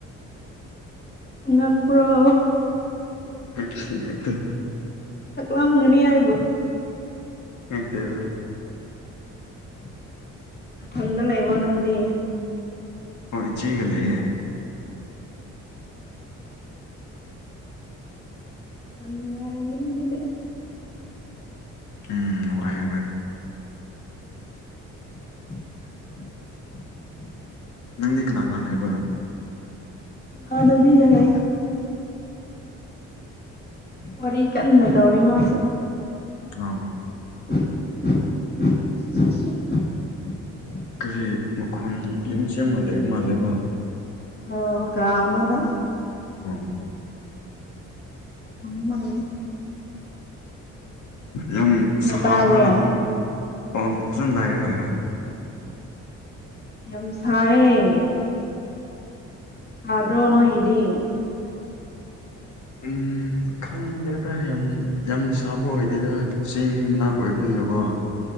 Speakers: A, on the left; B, on the left.
A: ꯑ ꯄꯨ꯭ꯔꯣ
B: ꯉꯛꯇꯦ ꯉꯛꯇꯦ
A: ꯌꯥꯝꯒꯅꯤ ꯍꯥꯏꯕꯣ
B: ꯌꯦꯦ ꯇꯕ
A: ꯎꯝ ꯆꯗ ꯂꯩ ꯏ ꯋꯥ ꯅꯪꯗꯤ
B: ꯑꯣ ꯏꯆꯦꯒ ꯂꯩꯑꯦ
A: ꯑꯃꯉꯔ ꯑꯅꯤ ꯑꯗꯨꯗ
B: ꯎꯝ ꯋꯥꯏ ꯍꯣꯏ
A: ꯎ ꯎ ꯎ
B: ꯅꯪꯗꯤ ꯀꯅꯥ ꯀꯅꯥ ꯂꯩꯕ
A: ꯑ ꯑꯗꯨꯕꯤꯒꯂ ꯋꯥꯔꯤ ꯀꯟꯅ ꯇꯧꯔꯤ ꯃꯥꯁꯨ
B: ꯑ
A: <unintelligible>
B: ꯀꯔꯤ ꯃꯈꯣꯟ ꯌꯨꯝꯁꯤ ꯑꯃ ꯂꯩꯕ ꯃꯥꯜꯂꯦꯕꯣ
A: ꯑꯣ ꯀꯃꯗ
B: ꯎꯝ
A: ꯎꯝꯃꯒꯜ
B: ꯌꯥꯝ ꯁ
A: ꯇꯥꯕ꯭ꯔꯣ
B: ꯄ꯭ꯔ꯭ꯔꯁ ꯗꯏ ꯍ ꯍ
A: ꯌꯁꯥꯌꯦ ꯑ꯭ꯔꯣꯅꯣ ꯏꯗꯤ
B: ꯎꯝ ꯈꯪꯗꯦꯗ ꯌꯥꯝ ꯌꯥꯝ ꯁꯥꯕ ꯑꯣꯏꯗꯦꯗ ꯆꯦꯡ ꯃꯅꯥꯛ ꯑꯣꯏꯕꯅꯤ ꯅꯕꯣ